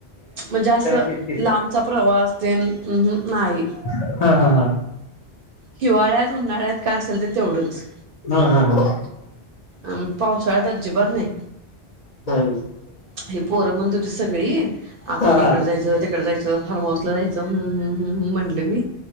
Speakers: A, on the right; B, on the left.
A: म्हणजे असं
B: ते
A: लांबचा प्रवास तेन अहं नाही.
B: <unintelligible> <inaudible> हा हा हा
A: हिवाळ्यात उन्हाळ्यात काय असेल ते तेवढंच
B: हा हा
A: अम पावसाळयात अजिबात नाही
B: हा
A: हे पोरं म्हणत होती सगळी आपण
B: हा
A: इकडं
B: हा
A: जायचं तिक ड जायच फार्महाऊस ला जायच हमहम म्हटलं मी